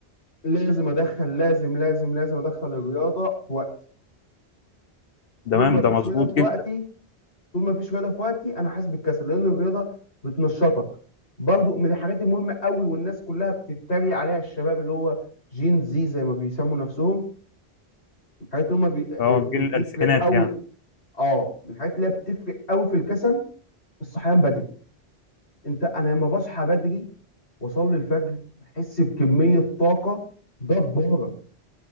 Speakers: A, on the left; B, on the left.
A: لازم ادخل لازم لازم لازم ادخل الرياضه في وقتي طول
B: تمام
A: ما فيش
B: ده مظبوط
A: رياضه في وقتي
B: جدا
A: طول ما فيش رياضه في وقتي انا حاسس بالكسل لان الرياضه بتنشطك برضو من الحاجات المهمه قوي والناس كلها بتتريق عليها الشباب اللي هو جين زي زي ما بيسموا نفسهم الحاجات اللي هم بي... آه،
B: اه
A: بتفرق
B: جيل الالفينات
A: قوي
B: يعني
A: اه من الحاجات اللي هي بتفرق قوي في الكسل الصحيان بدري انت انا لما بصحى بدري واصلي الفجر بحس بكميه طاقه جباره